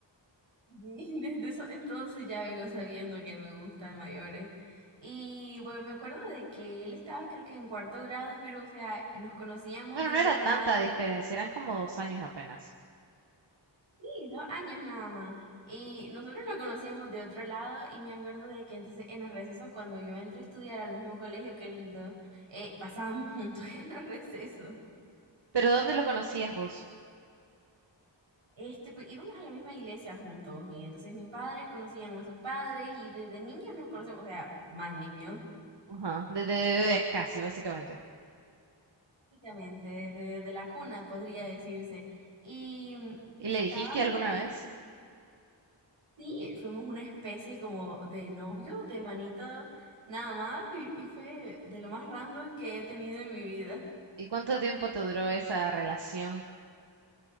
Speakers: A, on the right; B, on the right.
A: Sí, <laughs> desde eso entonces ya vengo sabiendo que me gustan mayores. Y bueno, me acuerdo de que él estaba creo que en cuarto grado, pero o sea, nos conocíamos
B: Bueno,
A: de
B: no
A: otro
B: era tanta
A: lado,
B: diferencia, eran como dos años apenas.
A: sí, dos años nada más. Y nosotros nos conocíamos de otro lado y me acuerdo de que entonces en los recesos, cuando yo entré a estudiar al mismo colegio que él entró, eh, pasábamos <laughs> juntos en los recesos.
B: ¿Pero dónde lo conocías vos?
A: Este, pues íbamos a la misma iglesia juntos y entonces mis padres conocían a sus padres y desde niños nos conocemos, o sea, más niños.
B: Ajá, desde bebés casi, básicamente.
A: Básicamente, desde de la cuna podría decirse. Y mm,
B: ¿Y
A: estábamos
B: le dijiste alguna
A: ahí,
B: vez?
A: ju- sí, fuimos una especie como de novio, de manito, nada más, y, y fue de lo más random que he tenido en mi vida.
B: ¿Y cuánto tiempo te duró esa relación?